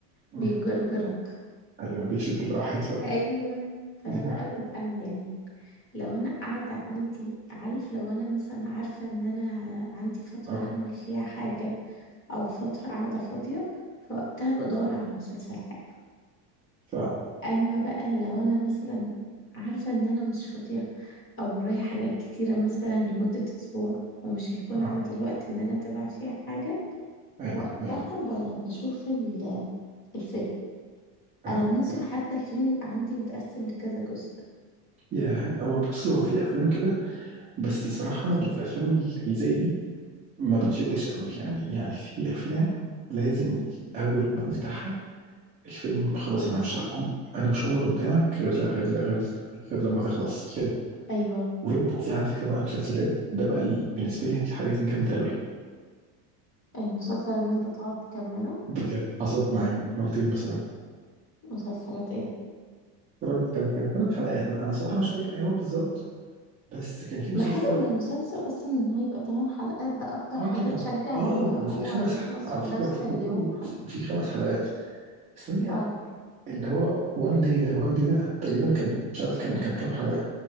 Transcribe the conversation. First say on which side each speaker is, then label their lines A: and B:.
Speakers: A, on the right; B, on the left.
A: مم.
B: بيجرجرك
A: ايوه بيشد الواحد فعلا
B: ايوه فانا
A: ايوه
B: بقى ببقى يعني لو انا قاعده عندي عارف لو انا مثلا عارفه ان انا عندي فتره
A: اه
B: هعمل فيها حاجه او فتره قاعده فاضيه فوقتها بدور على مسلسل حلو
A: فعلا
B: اما بقى لو انا مثلا عارفه ان انا مش فاضيه او ورايا حاجات كتيره مثلا لمده اسبوع ومش هيكون
A: اه
B: عندي الوقت ان انا اتابع فيها حاجه
A: ايوه
B: وقتها
A: ايوه
B: ب- بشوف ال- الفيلم
A: فعلا
B: انا ممكن
A: صح
B: حتى الفيلم يبقى عندي متقسم لكذا جزء
A: يا هو بصي هو في افلام كده بس الصراحة أنا بشوف الأفلام ال- اللي زي دي ما بتشدش قوي يعني يعني في أفلام لازم أول ما بفتحها الفيلم خلاص
B: اتخلصها
A: أنا مش هقوم أنا مش هقوم من قدامك غير لا غير لا غير غير لما تخلص فيلم
B: ايوه
A: وفي وفي على فكرة بقى مسلسلات ده بقى ال- بالنسبة لي الحاجات الجامدة قوي
B: المسلسل ان انت تقعد تكمله
A: بجد حصلت معايا مرتين مثلا
B: مسلسلات ايه
A: طبعا كان كانت ثمان حلقات أنا أنا صراحة مش فاكر إيه هو بالظبط بس كان في مسلسل
B: ما حلو ما المسلسل اصلا ان هو يبقى 8 حلقات ده اكتر
A: آه
B: حاجة
A: طبعا
B: تشجع
A: آه
B: ان هو
A: وفي خمس
B: يخلص
A: ح... على
B: في
A: فكرة
B: نفس
A: وفي,
B: اليوم
A: وفي
B: حتى
A: وفي خمس حلقات استني
B: اه
A: اللي هو وان داي ده وان داي ده تقريبا كان مش عارف كان كان كام حلقة